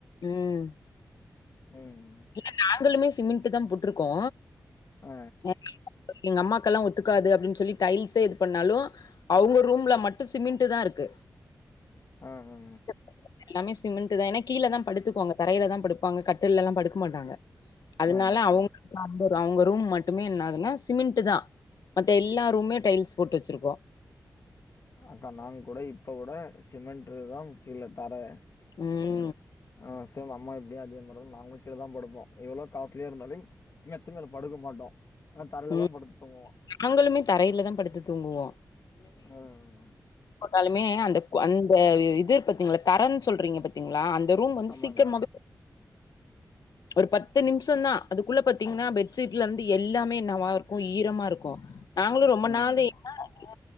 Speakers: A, on the left; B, on the left.
A: ம்
B: ம்
A: இல்ல நாங்களுமே சிமெண்ட்தா போட்ருக்கோ
B: ஆ
A: <inaudible> எங்க அம்மாக்குல்லா ஒத்துக்காது அப்டின்னு சொல்லி டைல்ஸே இது பண்ணாலு அவுங்க ரூம்ல மட்டு சிமிண்டுதா இருக்கு
B: ஆ ஆ
A: <inaudible> எல்லாமே சிமெண்ட்டுதா ஏன்னா கீழதா படுத்துக்குவாங்க தரையில தா படுப்பாங்க கட்டிலல்லா படுக் க மாட்டாங்க அதனால
B: ஆ
A: அவுங்க <inaudible> அந்த அவுங்க ரூம் மட்டுமே என்னதுனா சிமெண்ட்டு தா மத்த எல்லா ரூமே டைல்ஸ் போட்டு வச்சிருக்கோ
B: அக்கா நாங்க கூட இப்ப கூட சிமெண்ட்டுதா கீழே தர
A: ம்
B: ஆ சேம் அம்மா எப்டியோ அதே‌மாரிதா நாங்களு கீழதா படுப்போ எவ்வளோ காஸ்லியா இருந்தாலும் மெத்த மேல படுக்க மாட்டோ ஏன்னா தரையிலதா
A: ம்
B: படுத்து தூங்குவோ
A: நாங்களுமே தரையிலதா படுத்து தூங்குவோ
B: ஆ ஆ
A: போட்டாலுமே அந்த அந்த இது பாத்தீங்களா தரன்னு சொல்றீங்க பாத்தீங்களா அந்த ரூம் வந்து
B: ஆமாங்க்கா
A: சீக்கிரமாவே ஒரு பத்து நிமிஷந்தா அதுக்குள்ள பாத்தீங்கன்னா பெட்ஷீட்லேருந்து எல்லாமே என்னவா இருக்கு ஈரமா இருக்கு நாங்களு ரொம்ப
B: ம்
A: நாளு என்னடா இது